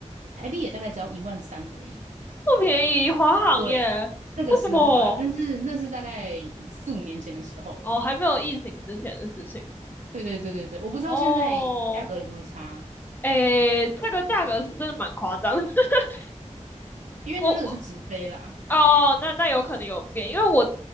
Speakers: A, on the right; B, on the left.
A: 台币也大概只要一万三而已。
B: 不便宜，华航耶，
A: 对，那个时候啦，
B: 为什么？
A: 但是那是大概四五年前的时候了。
B: 哦，哦还没有疫情之前的事情
A: 对对对对对，我不知道现在价格有没有差，
B: 哦。诶，这个价格是真的蛮夸张。<laughs>
A: 因为它那个是直飞啦。
B: 我哦，那那有可能有变，因为我